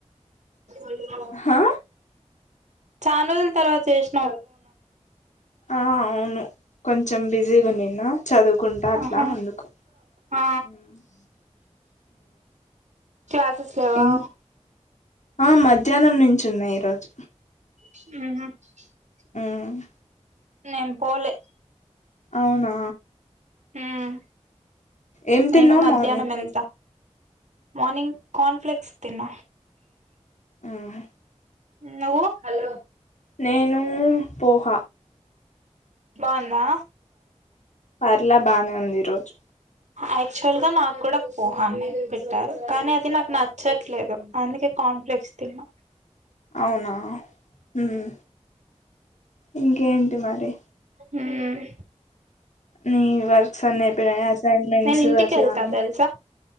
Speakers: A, on the right; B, on the left.
A: అ
B: హా
A: చాన్ రోజుల తర్వాత చేస్
B: ఆ అవును కొంచెం బిజీగా ఉన్నిన్నా చదువుకుంటా అట్లా
A: ఆహా
B: అందుకు
A: ఆ
B: ఉమ్
A: క్లాసెస్ లేవా
B: ఇం ఆ మధ్యాహ్నం నుం చున్నయి. ఈరోజ్
A: మ్
B: మ్
A: నేన్ పోలే
B: అవునా
A: ఉమ్
B: ఏం తిన్నవ్
A: నేను మధ్యాహ్నం
B: మార్నింగ్
A: వెళ్తా మార్నింగ్ కార్న్ఫ్లెక్స్ తిన్న
B: హుమ్
A: నువ్వు హలో
B: నేను పోహ
A: బావుందా
B: పర్లే బానే ఉంది ఈ రోజు
A: ఆక్చువల్ గా నాకు కూడా పోహాన్నే పెట్టారు కానీ అది నాకు నచ్చట్లేదు అందుకే కాంప్లెక్స్ తిన్నా
B: అవునా హుమ్ ఇంకేంటి మరి
A: హుమ్
B: నీ వర్క్ సన్నే ఇప్పుడ అసైన్మెంట్స్
A: నేను ఇంటికి
B: అట్లా
A: వెళ్తా
B: అని
A: తెలుసా